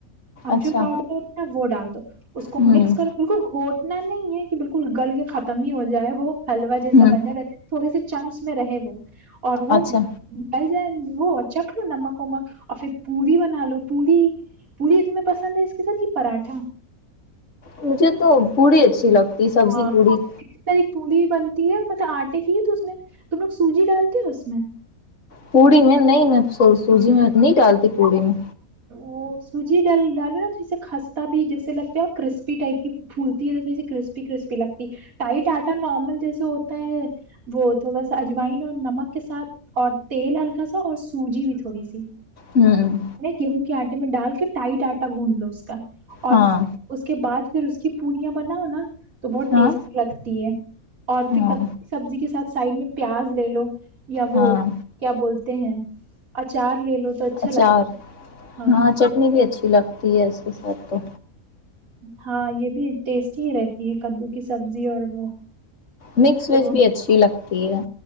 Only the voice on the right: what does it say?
ہم
جو پؤڈر ہوتا نا وہ ڈال دو اس کو
مکس کر بالکل گھٹ نہ نہیں یہ کہ بالکل گل کے ختم ہی ہو جائے وہ حلوا
سب بندھہ رہتا تھوڑے س سے چنکس میں رہے وہ اور وہ
مل جائے نا وہ چکھ لو نمک ومک اور پھر پوری بنا لو پوڑی پورڑی تمہیں پسند ہے اس کے ساتھ یہ پراٹھا
ہاں
اسی طرح ایک پوری بنتی ہے مطلب آٹے کی ہے تو اس میں تم لوگ سوجی ڈالتے ہو اس میں
ہاں
وہ سوجی ڈل ڈالو نا تھوڑی سا خستہ بھی جیسے لگتا ہے اور کرسپی ٹائپ کی پھولتی ہے تو تھوڑی سی کرسپی کرسپی لگتی ہے ٹائٹ آٹا نارمل جیسے ہوتا ہے وہ تھوڑا سا اجوائن اور نمک کے ساتھ اور تیل ہلکا سا اور سوجی بھی تھوڑی سی
کہوں کیا میں ڈال کے ٹائٹ آٹا گونھ لو اس کا اور
اس کے بعد پھر اس کی پڑیاں بناؤ نا تو بہت
ٹیسٹی لگتی ہے اور پھر
ک کی سبزی کے ساتھ سائڈ میں پیاز لے لو یا وہ
کیا بولتے ہیں اچار لے لو تو اچھا
لگتا ہے
ہاں یہ بھی ٹیسٹی ہی رہتی ہے کدو کی سبزی اور وہ
تو